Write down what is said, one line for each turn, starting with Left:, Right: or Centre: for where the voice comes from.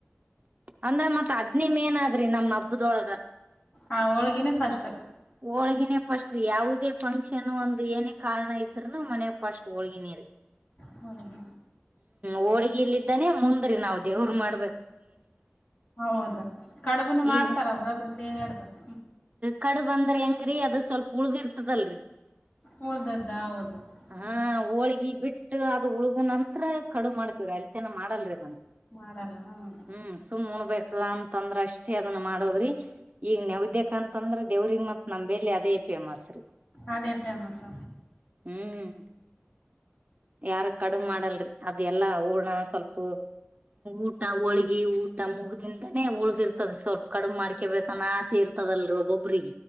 Right: ಅಂದ್ರೆ ಮತ್ತ್ ಹದ್ನೇ ಮೇನ್ ಅ್ರಿ ನಮ್ಮ ಹಬ್ಬದೊಳಗ
Left: ಹ ಹೋಳ್ಗಿನೂ ಕಷ್ಟ
Right: ಹಳ್ಗಿನ ಫಸ್ಟ್ ಯಾವುದೇ ಫಂಕ್ಷನ್ ಒಂದ ಏನೇ ಕಾರಣ ಇದ್ರುನು ಮನೆ ಫಸ್ಟ್ ಒಳಗಿನ
Left: ಹ ರ
Right: ಹೋಳ್ಗಿ ಇ ಇದಿದ್ದಾನೆ ಮುಂದ್ರರಿ ನಾವ್ ದೇವ್ರು ಮಾಡ
Left: ಹೌದ ಕಡುಬುನು ಮಾಡ್ತಾರ
Right: ಈಗ
Left: ಒಬ್ರೊಬ್ರು ಸೇರ್ಾಡ್ಬೇಕು
Right: ಕಡುಬ್ ಅಂದ್ರ ಹೆಂಗರಿೀ ಅದು ಸ್ವಲ್ಪ ಉಳ್ದಿರ್ತದಲ್ರರಿ
Left: ಉಳ್ದದ್ದ ಹೌದು
Right: ಹಾ
Left: ಹ್ಮ್
Right: ಹೋಳಗಿ ಬಿಟ್ಟು ಅದು ಉಳ್ದ ನಂತ್ರ ಕಡು ಮಾಡ್ತವ್ರ ಅಲ್ತನ ಮಾಡ್ ಅಡಲ್ರ
Left: ಮಾಡಲ್ಲ ಹೌದು
Right: ಹ್ಮ್ ಸುಮ್ ಉಣಬೇಕ ಅಂತಂದ್ರ ಅಷ್ಟೇ ಅದನ್ನ ಮಾಡದ್ರಿ ಈಗ್ ನೆವದ್ಯಕಂತ ತೊಂದ್ರ ದೇವ್ರಿಗೆ ಮ ನಮಂಬಲೆ ಅದೇ ಫೇಮಸ್ ರೀ
Left: ಅದೇ ಫೇಮಸ್
Right: ಹ್ಮ್ ಯಾರ ಕಡು ಮಾಡಲ್ರಿ ಅದೆ ಎಲ್ಲ ಹಊಣ ಸ್ವಲ್ಪ ಊಟ ಹೋಳ್ಗಿ ಊಟ ಮುಗ್ದಿಂದನೇ ಉಳ್ದಿರ್ತದೆ ಸ್ವಲ್ಪ ಕಡಮ ಮಾಡ್ಕೊಬೇಕನ್ನ ಆಸೆ ಇರ್ತದಲ್ರಬ್ ಬ್ರಿ